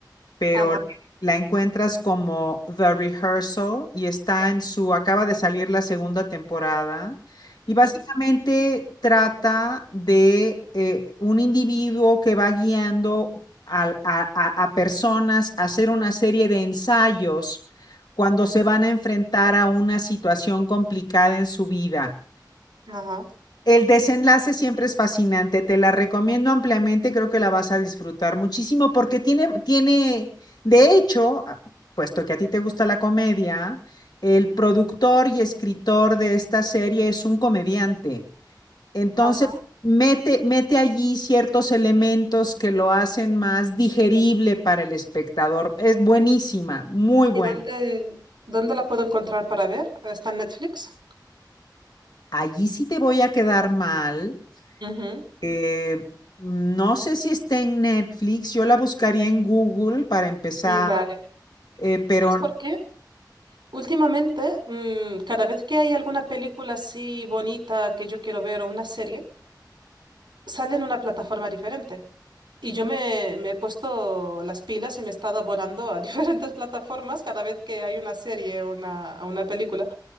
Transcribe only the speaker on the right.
Ajá,
ujú.
ajá,
ajá.
¿Y dónde, dónde la puedo encontrar para ver? ¿Está en Netflix?
Ujú.
Mm, Vale.
¿Sabes
por qué? Últimamente, mm, cada vez que hay alguna película así bonita que yo quiero ver o una serie, sale en una plataforma diferente. Y yo me, me he puesto las pilas y me he estado abonando a <laughs> diferentes plataformas cada vez que hay una serie o una, a una película.